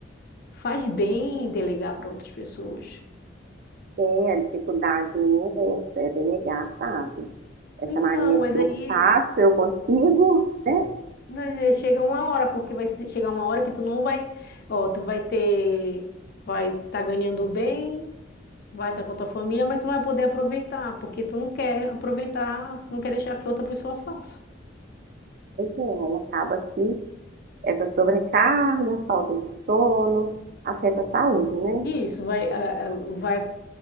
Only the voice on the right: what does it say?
É, a dificuldade minha é essa, é delegar, sabe? Essa
mania
de eu
faço, eu consigo, né?
Pois é, aí acaba que essa sobrecarga, falta de sono, afeta a saúde, né?